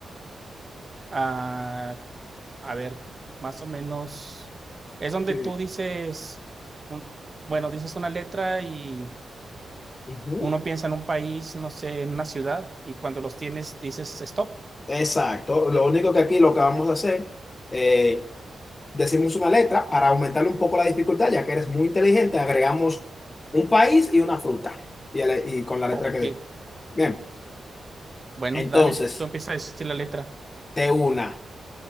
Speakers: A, on the right; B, on the left.
A: Ah, a ver, más o menos, es donde
B: Sí.
A: tú dices, un- bueno, dices una letra y
B: Ujú.
A: uno piensa en un país, no sé, en una ciudad, y cuando los tienes dices stop.
B: Exacto. Lo único que aquí lo que vamos a hacer. eh, decimos una letra para aumentarle un poco la dificultad, ya que eres muy inteligente, agregamos un país y una fruta. Y, el- y con la letra
A: Ok,
B: que dé. Bien,
A: bueno,
B: entonces,
A: dale, tú empiezas a decir la letra.
B: de una.